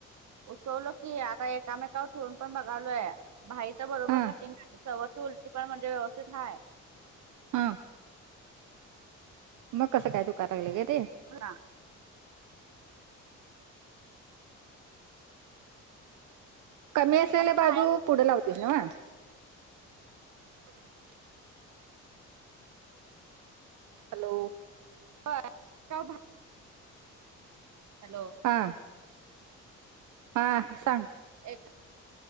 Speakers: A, on the right; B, on the right.
A: उसवल की आता एकामेकावर ठरून पण बघालोय भाईच बरोबर
B: हा
A: आहे चवची उलट म्हणजे व्यवस्थित हाय.
B: हा मग कसं काय दुकायला ग ते?
A: <inaudible>
B: कमी असलेल्या
A: माझं कायम
B: बाजू पुढे लावतेस ना वा? <inaudible> हॅलो
A: व्हय <unintelligible> हॅलो
B: हां हा सांग
A: एक